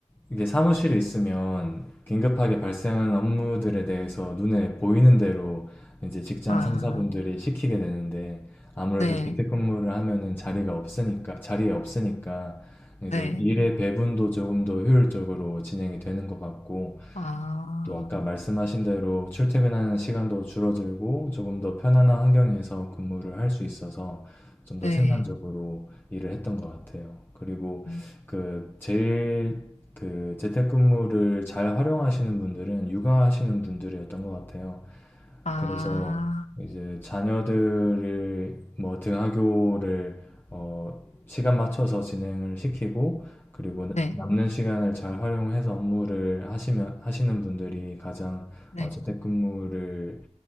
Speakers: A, on the left; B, on the left.
A: 이게 사무실에 있으면 긴급하게 발생하는 업무들에 대해서 눈에 보이는 대로 이제 직장
B: 아,
A: 상사분들이 시키게 되는데 아무래도
B: 네,
A: 재택근무를 하면은 자리가 없으니까 자리에 없으니까 이제
B: 네.
A: 일의 배분도 조금 더 효율적으로 진행이 되는 것 같고
B: 아,
A: 또 아까 말씀하신 대로 출퇴근하는 시간도 줄어들고 조금 더 편안한 환경에서 근무를 할 수 있어서 좀
B: 네.
A: 더 생산적으로 일을 했던 것 같아요. 그리고
B: 음,
A: 그 제일 그 재택근무를 잘 활용하시는 분들은 육아하시는 분들이었던 것 같아요.
B: 아,
A: 그래서 이제 자녀들을 뭐 등하교를 어, 시간 맞춰서 진행을 시키고 그리고
B: 네,
A: 남는 시간을 잘 활용해서 업무를 하시면 하시는 분들이 가장
B: 네.
A: 어, 재택근무를